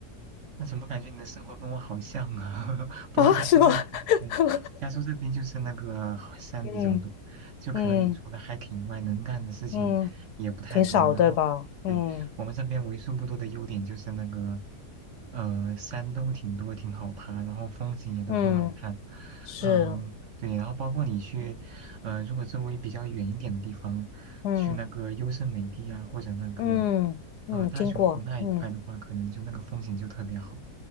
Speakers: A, on the right (about 60°); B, on the left (about 75°).
A: 那怎么感觉你的生活跟我好像啊？<laughs>
B: <laughs>
A: 不过加州这边，
B: 啊，是吗？<laughs>
A: 对，加州这边就是那个山比较多，
B: 嗯
A: 就可能你除了
B: 嗯
A: hiking 以外，能干的事情也不太多。
B: 嗯，挺少，
A: 然后，
B: 对吧？嗯。
A: 对，我们这边为数不多的优点就是那个，呃，山都挺多，挺好爬，然后风景也都很好看。
B: 嗯是，
A: 嗯、对，然后包括你去，呃，如果周围比较远一点的地方，
B: 嗯
A: 去那个优胜美地啊，或者那个。
B: 嗯嗯，
A: 呃，大熊湖那一块的话，
B: 听过，嗯。
A: 可能就那个风景就特别好。